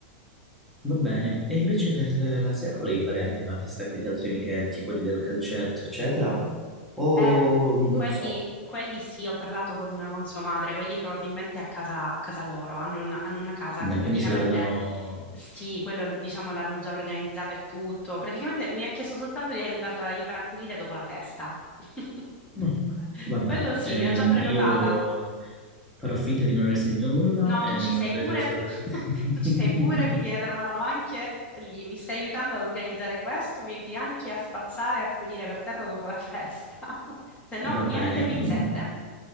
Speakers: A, in the centre; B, on the left (about 20°).
A: Va bene, e invece per la sera volevi fare anche una festa con gli altri amichetti, quelli del calcetto, eccetera? O
B: Eh,
A: non
B: quelli,
A: lo so,
B: quelli sì, ho parlato con, con sua madre, quelli probabilmente a casa, a casa loro, hanno una, hanno una casa,
A: Eh,
B: praticamente
A: quindi se la vedono...
B: sì, quello diciamo l'hanno già organizzato e tutto, praticamente mi ha chiesto soltanto di andarla ad aiutare a pulire dopo la festa. <laughs>
A: Mm,
B: Que-
A: Vabbè,
B: Quello sì,
A: Ehm,
B: mi ha già prenotata.
A: io farò finta di non aver sentito nulla
B: No,
A: e
B: tu ci
A: non
B: sei
A: verrò
B: pure,
A: assolutamente...
B: <laughs>
A: <laughs>
B: tu ci sei pure, mi viene a dare una mano anche lì, mi stai aiutando ad organizzare questo, mi aiuti anche a spazzare e a pulire per terra dopo la festa, <laughs> se no
A: Va
B: niente
A: bene,
B: pizzette.
A: mm,